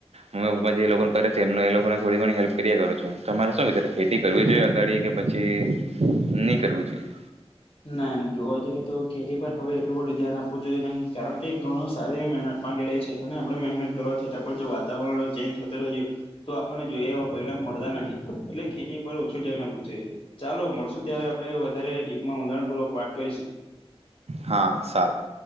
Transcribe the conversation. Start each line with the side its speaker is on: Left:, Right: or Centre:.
Right: મમ્મી પપ્પા જે લોકો કરે છે તેમને એ લોકોને થોડી ઘણી હેલ્પ કર્યા કરું છું, તમારે સુ વિચાર ખેતી કરવી જોઈએ અગાડી, કે પછી ની કરવી જોઈએ?
Left: ના, એમ જોવા જઈએ, તો ખેતી પર હવે એટલું બધું ધ્યાન આપવું જોઈએ નહી. કારણ કે ઘણું સારી એ મહેનત માંગી લે છ અને આપણે મહેનત કરવા છતાં પણ જો વાતાવરણ ચેન્જ થતું રહ્યું તો આપણને જોએ એવા પરિણામ મળતા નથી. એટલે ખેતી પર ઓછું ધ્યાન આપવું જોઈએ, ચાલો મળસુ ત્યારે આપણે વધારે માં ઉંડાણપૂર્વક વાત કરીસુ.
Right: હા, સારૂ.